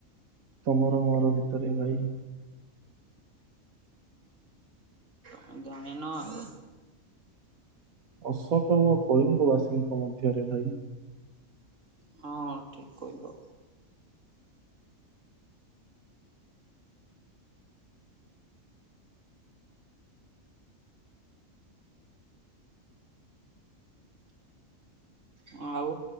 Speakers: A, on the right (about 85°); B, on the right (about 60°).
A: ତମର ମୋର ଭିତରେ ଭାଇ
B: ହ ଜାଣିନ ଆଉ
A: ଅଶୋକ ଓ କଳିଙ୍ଗ ବାସୀଙ୍କ ମଧ୍ୟରେ ଭାଇ
B: ହଁ ଠିକ କୋଇିଲୁ ହ ଆଉୁ